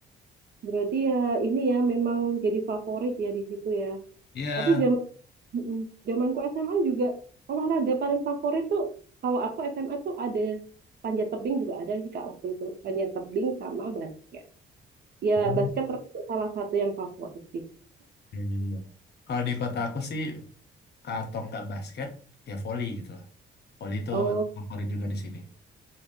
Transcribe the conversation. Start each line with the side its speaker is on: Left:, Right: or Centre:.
Right: Berarti ya ini ya memang jadi favorit ya di situ ya.
Left: Iya.
Right: Tapi zaman mm, zamanku SMA juga olahraga paling favorit tuh kalau aku SMA tuh ada panjat tebing juga ada sih Kak waktu itu. Panjat tebing sama basket. Ya,
Left: Oh,
Right: basket termasuk salah satu yang favorit sih.
Left: Iya, iya, iya. Kalau di kota aku sih, atau nggak basket, ya volley gitu loh. Volley itu
Right: Oh,
Left: favorit juga di sini.